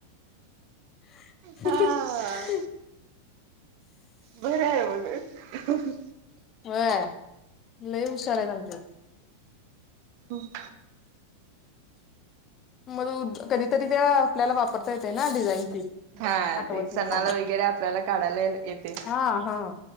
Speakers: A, on the left (about 30°); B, on the right (about 45°).
A: <unintelligible>
B: हा बरं आहे बग
A: व्हय लई हुशार आहेत आमचे.
B: हम्
A: मग कधीतरी ते आपल्याला वापरता येतय ना डिझाईन ती
B: हा
A: आठवत
B: ते
A: नाही
B: सणाला
A: तेव्हा
B: वगैरे आपल्याला काढायला येतय.
A: हा हा